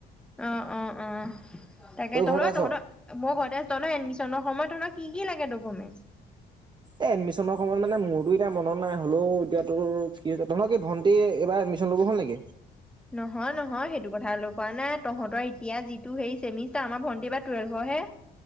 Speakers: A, in the centre; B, on the right.
A: অঁ-অঁ-অঁ তাকে
B: তই
A: তহঁতৰ
B: ঘৰতে আছ?
A: ময়ো ঘৰতে আছোঁ। তহঁতৰ এডমিছ তেনে সময়টো নো কি কি লাগে ডকুমেন্টচ?
B: এ এডমিশনৰ সময়ত মানে মোৰো এতিয়া মনত নাই হ'লেও এতিয়া তোৰ কি হৈছে, তোমাৰ কি ভন্টি এবাৰ এডমিশ্যন ল'ব হ'ল নেকি?
A: নহয়-নহয় সেইটো কথা কোৱা নাই তহঁতৰ এতিয়া যিটো হেৰি চেমিষ্টাৰ, আমাৰ ভন্টি বা টুৱেল্ভত- হে